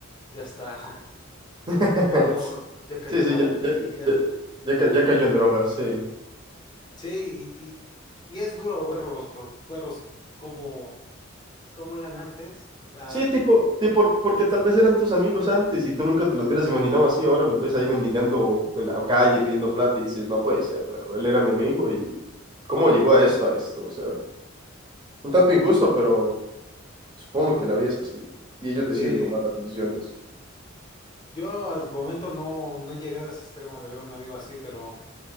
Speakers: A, on the left; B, on the right.
A: ya está, <laughs>
B: <laughs>
A: ya cayó, ya cayó
B: Sí,
A: en
B: sí,
A: barandillas.
B: ya, ya, ya, ya ca- ya cayó en drogas, sí.
A: Sí, y, y, y es duro verlos, por- verlos como ¿Cómo eran antes? Ah,
B: Sí, tipo, tipo, porque tal vez eran tus amigos antes y tú nunca te los hubieras imaginado así, ahora los ves ahí mendigando en la calle pidiendo plata y dices, no puede ser, pero él era mi amigo y cómo llegó a esto, a esto, o sea, un tanto injusto, pero supongo que la vida es así y ellos deciden
A: sí.
B: tomar las decisiones.
A: Yo al momento no, no he llegado a ese extremo de ver un amigo así, pero,